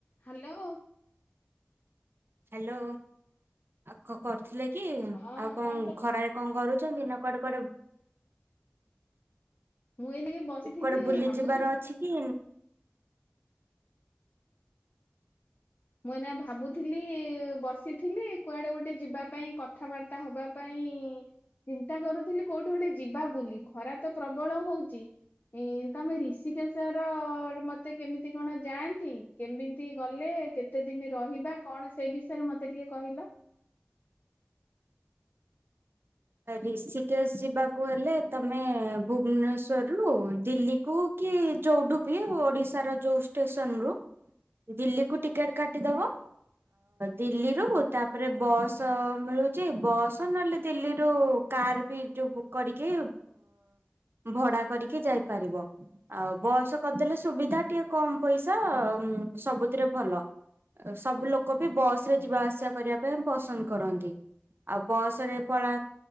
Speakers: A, on the left; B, on the right.
A: Hello.
B: Hello ଆ କ କରୁଥିଲେ। କି
A: ହଁ
B: ଆଉ କଣ
A: କରୁଛୁ?
B: ଖରାରେ କଣ କରୁଛନ୍ତି ନା। କଡ କର।
A: ମୁଁ ଏଇନାକେ ବସିଥିଲି
B: କୁଆଡେ ବୁଲି
A: ଭାବୁଥିଲି
B: ଯିବାର ଅଛି କି?
A: ମୁଁ ଏନା ଭାବୁଥିଲି ବସିଥିଲି କୁଆଡେ ଗୋଟେ ଯିବା ପାଇଁ କଥାବାର୍ତ୍ତା ହବା ପାଇଁ ଚିନ୍ତା କରୁଥିଲି କୋଉଠି ଗୋଟେ ଯିବା ବୋଲି ଖରା ତ ପ୍ରବଳ ହଉଛି ତମେ ଋଷିକେଶର ମତେ କେମିତି କଣ ଯାଆନ୍ତି କେମିତି ଗଲେ। କେତେ ଦିନ ରହିବା କଣ ସେଇ ବିଷୟରେ ମତେ ଟିକେ କହିଲ।
B: ରିଷିକେଶ ଯିବାକୁ ହେଲେ ତମେ ଭୁବନେଶ୍ଵରରୁୁ ଦିଲ୍ଲୀକୁ କି ଯଉଠୁପି ଓଡିଶାର ଯୋଉ ଷ୍ଟେସନ ରୁ ଦିଲ୍ଲୀକୁ ଟିକେଟ କାଟିଦବ ଦିଲ୍ଲୀରୁୁ ତାପରେ ବସ୍ ମିଳୁଛି ବସ୍ ନହେଲେ ଦିଲ୍ଲୀରୁ କାର ବି ଯୋଉ ବୁକ୍ କରିକି ଭଡା କରିକି ଯାଇପାରିବ ଆଉ ବସ୍ କରିଦେଲେ ସୁବିଧା ଟିକେ କମ ପଇସା ସବୁଥିରେ ଭଲ ସବୁ ଲୋକ ବି ବସ ରେ ଯିବା ଆସିବା କରିବା ପାଇଁ ପସନ୍ଦ କରନ୍ତି ଆଉ ବସ ରେ ପଳା।